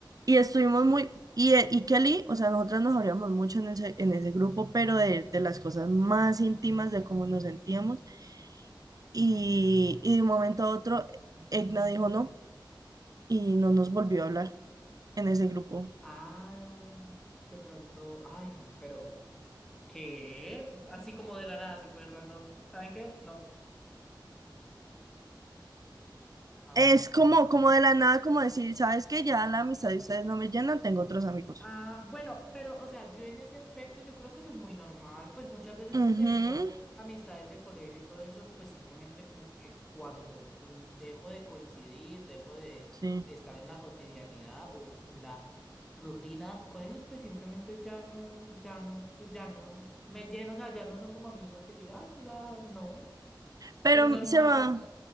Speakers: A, on the right (about 50°); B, in the centre.
A: y estuvimos muy, y, eh, y Kelly, o sea, nosotras nos abríamos mucho en ese, en ese grupo, pero de, de las cosas más íntimas, de cómo nos sentíamos, y, y de un momento a otro, Egna dijo no, y no nos volvió a hablar en ese grupo.
B: Ah, de pronto, ay, pero, ¿qué? Así como de la nada, súper random. ¿Saben qué? No. Ay.
A: Es como, como de la nada, como decir, ¿sabes qué? Ya la amistad de ustedes no me llena, tengo otros amigos.
B: Ah, bueno, pero, o sea, yo en ese aspecto yo creo que eso es muy normal, pues muchas veces yo,
A: Ujú,
B: por ejemplo, amistades de colegio y todo eso, pues simplemente como que cuando un, dejo de coincidir, dejo de
A: sí.
B: estar en la cotidianidad o en la rutina con ellos, pues simplemente ya no, ya no, pues ya no me lleno, o sea, ya no son como amigos que llega, ay, pues ah, no,
A: Pero
B: es normal.
A: se va.